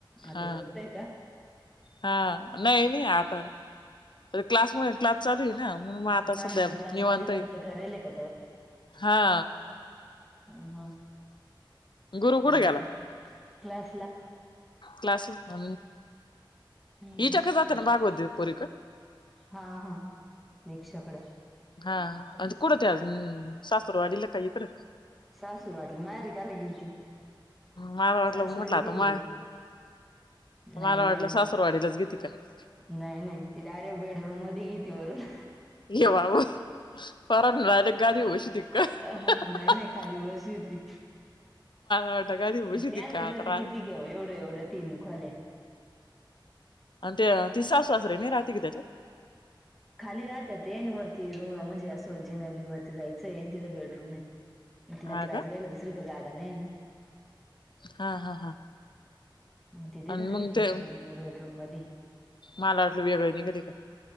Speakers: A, in the centre; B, on the left.
A: आता
B: हा
A: झोपतय का?
B: हा. नाही नाही आता अर क्लास मध्ये, क्लास चालू आहेय ना. मग, आता
A: हा
B: सध्या
A: ना मग क्लास
B: निवांत
A: मध्ये जप्त
B: आहे मी
A: करेल का
B: हा.
A: ह. ह.
B: गुरु कुठे
A: बाकी
B: गेला
A: क्लास ला
B: क्लासला
A: हम्म
B: इच्या कड, जात भागवत पोरी कडे
A: हा. हा. दीक्षाकड
B: हा. कुठं ते आजून सासूरवाडीला का इकडं?
A: सासूरवाडीला माहेरी का ला गेलती.
B: माझ म्हटलं
A: सासरेच
B: मोटला
A: गेली
B: तो हाय.
A: नाही
B: मला
A: नाही
B: वाटलं सासर वाडीलाच गेली का काय?
A: नाही, नाही ती डायरेक्ट बेडरूम मध्ये घेती वरून
B: ये बाबो पोराला डायरेक्ट गादीवर उशी <unintelligible>
A: नाही नाही खाली बसती
B: वाटलं गादी बसवती
A: त्यांच
B: काय
A: घर
B: आता राज
A: किती. एवढं, एवढं ती खोल्या
B: अ ते ति सासू सासरे नाही राती का त्याच्यात.
A: खाली राहात ते न वरती रूम म्हणजे जिना वरती जायचं ऐ तिथं बेडरूम आहे.
B: हा
A: क्लास
B: का
A: घ्यायला दुसरीकडे जागा नाही ना
B: हा हा हा.
A: हम्म ति तिथेच
B: आणि मग
A: घेती
B: ते
A: बेडरूम मध्ये
B: मला वाटलं वेगळं निघाली काय.